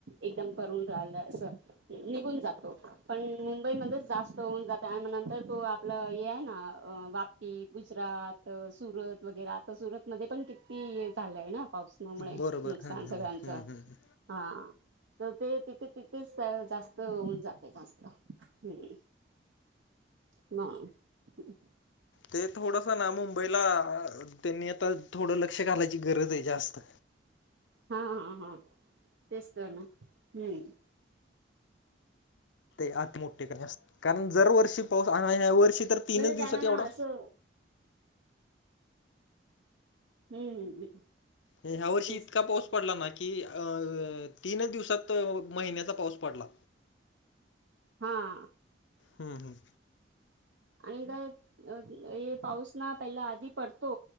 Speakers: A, on the right (about 80°); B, on the left (about 85°).
A: एकदम भरून राहिलं अस निघून जातो. पण मुंबईमध्ये जास्त होऊन जात त्यानंतर तो आपलं हे आहे ना वापी, गुजरात, सुरत वगैरा त तो सुरतमध्ये पण किती हे झालंय ना पावसमुळे
B: बरोबर
A: नुकसान
B: हम्म हम्म
A: सगळ्यांचं.
B: हम्म हम्म
A: हा. तर ते तिथे तिथेच जास्त होऊन जात जास्त हं. मग
B: ते थोडंस ना मुंबईला त्यांनी आता थोडं लक्ष घालायची गरज आहे जास्त.
A: हा, हा, हा. तेच तर ना हम्म.
B: ते आत मोठे <unintelligible> कारण दरवर्षी पाऊस आणि ह्या वर्षी तर तीनच
A: म्हणजे
B: दिवसात
A: त्यांना ना
B: एवढा
A: असं हम्म.
B: आणि ह्या वर्षी
A: तेच
B: इतका
A: तर.
B: पाऊस पडला ना की की अ तीनच दिवसात महिन्याचा पाऊस पडला.
A: हा.
B: हम्म, हम्म.
A: आणि काय अ ये पाऊस ना पहिला आधी पडतो